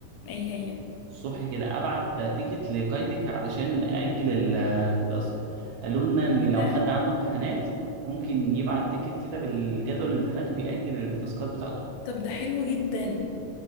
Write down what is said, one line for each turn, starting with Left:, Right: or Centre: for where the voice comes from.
Left: ايه هي
Right: الصبح كده ابعت تيكت لكايتك علشان اجل التاسك قالوا لنا ان
Left: ايه ده
Right: لو حد عنده امتحانات ممكن يبعت تيكت كده بالجدول الامتحانات ويأجل التاسكات بتاعته
Left: طب ده حلو جدا